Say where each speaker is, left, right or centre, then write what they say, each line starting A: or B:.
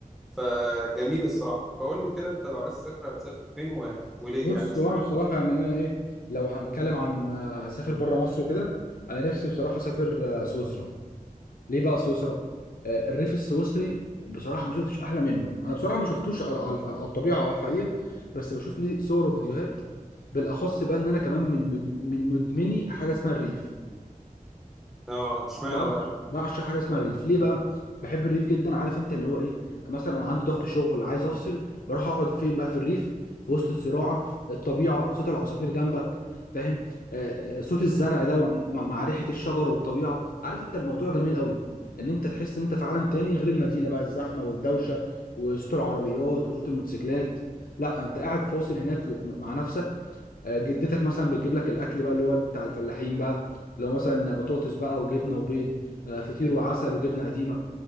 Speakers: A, in the centre; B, on the left.
A: فجميل الصراحه فقول لي كده انت لو عايز تسافر هتسافر فين ويعني وليه
B: بص
A: يعني اشمعنى
B: هو انا بصراحه يعني انا ايه لو هنتكلم عن آه، هسافر بره مصر وكده انا نفسي بصراحه اسافر آه، سويسرا ليه بقى سويسرا آه، الريف السويسري بصراحه ما شفتش احلى منه انا بصراحه ما شفتوش على على على الطبيعه او الحقيقه بس بشوف ليه صور وفيديوهات بالاخص بقى ان انا كمان من من من مدمني حاجه اسمها الريف
A: اه اشمعنى
B: بع-
A: بقى
B: بعشق حاجه اسمها الريف ليه بقى بحب الريف جدا عارف انت اللي هو ايه مثلا انا عندي ضغط شغل عايز افصل بروح اقعد فين بقى في الريف في وسط الزراعه الطبيعه صوت العصافير جنبك فاهم آه آه، صوت الزرع ده مع مع ريحه الشجر والطبيعه عارف انت الموضوع جميل قوي ان انت تحس ان انت في عالم تاني غير المدينه بقى الزحمه والدوشه وصوت العربيات وصوت الموتوسيكلات لا انت قاعد فاصل هناك مع نفسك آه، جدتك مثلا بتجيب لك الاكل بقى اللي هو بتاع الفلاحين بقى لو مثلا بطاطس بقى وجبنه وبيض آه، فطير وعسل وجبنه قديمه